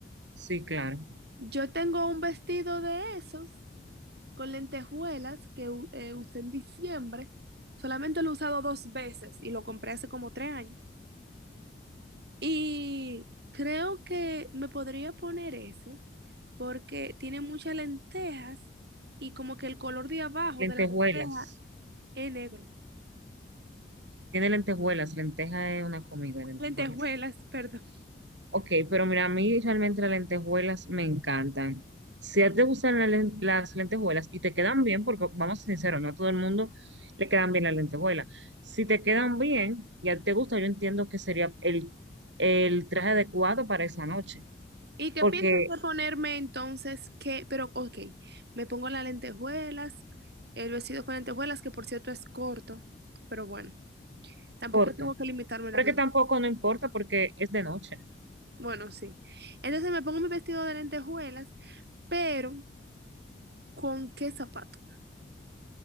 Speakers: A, on the right; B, on the right.
A: Sí, claro.
B: Yo tengo un vestido de esos con lentejuelas que u- eh, usé en diciembre. Solamente lo he usado dos veces y lo compré hace como tres años. Y creo que me podría poner ese porque tiene muchas lentejas y como que el color de abajo
A: Lentejuelas.
B: de la lenteja es negro.
A: Tiene lentejuelas. Lenteja es una comida, lentejuelas.
B: Lentejuelas, <laughs> perdón.
A: Ok, pero mira, a mí realmente las lentejuelas me encantan. Si a ti te gustan la len- las lentejuelas y te quedan bien, porque vamos sinceros, no a todo el mundo le quedan bien las lentejuelas. Si te quedan bien y a ti te gusta, yo entiendo que sería el, el traje adecuado para esa noche,
B: ¿Y qué
A: porque
B: piensas de ponerme entonces? Que, pero ok, me pongo las lentejuelas, el vestido con lentejuelas, que por cierto es corto, pero bueno, tampoco
A: corto.
B: tengo que limitarme
A: Pero
B: la vida.
A: es que tampoco no importa porque es de noche.
B: Bueno, sí. Entonces me pongo mi vestido de lentejuelas, pero ¿con qué zapato?